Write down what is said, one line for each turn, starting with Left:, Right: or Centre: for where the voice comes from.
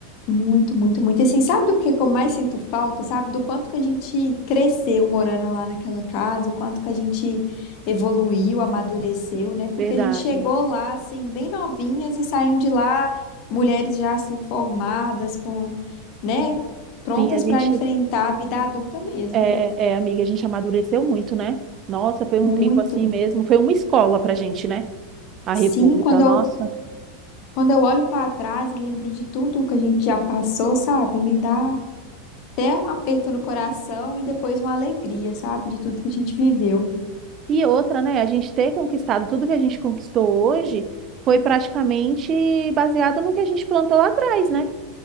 Left: Muito, muito, muito. E assim, sabe do que que eu mais sinto falta, sabe? Do quanto que a gente cresceu morando lá naquela casa, o quanto que a gente evoluiu, amadureceu, né? Porque
Right: Verdade.
Left: a gente chegou lá, assim, bem novinhas e saímos de lá, mulheres já, assim, formadas, com, né? Prontas
Right: Sim, a gente,
Left: para enfrentar a vida adulta mesmo.
Right: é, é, amiga, a gente amadureceu muito, né? Nossa, foi um
Left: Muito.
Right: tempo assim mesmo. Foi uma escola pra gente, né? A
Left: Sim,
Right: República,
Left: quando
Right: nossa.
Left: eu, quando eu olho para trás e lembro de tudo que a gente já passou, sabe? Me dá até um aperto no coração e depois uma alegria, sabe? De tudo que a gente viveu.
Right: E outra, né? A gente ter conquistado tudo que a gente conquistou hoje foi praticamente baseado no que a gente plantou lá atrás, né?